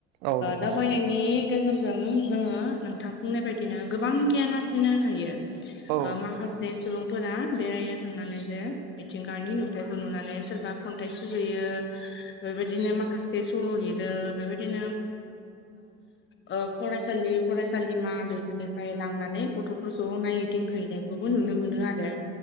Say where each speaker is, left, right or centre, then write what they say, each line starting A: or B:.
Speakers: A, on the right (about 70°); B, on the left (about 40°).
A: औ नंगौ
B: दावबायनायनि
A: नोंथां
B: गेजेर जों जोङो नोंथां बुंनाय बायदिनो गोबां गियान आरजिनो हायो।
A: औ
B: माखासे सुबुंफोरा बेरायनो थांनानै जे मिथिंगानि नुथाइखौ नुनानै सोरबा खन्थाइ सुजुयो बेबायदि बिदिनो माखासे सल' लिरो बेबायदिनो फरायसालि फरायसालिमा बेफोरनिफ्राय लांनानै गथ'फोरखौ नायदिंहैनाय बेखोबो नुनो मोनो आरो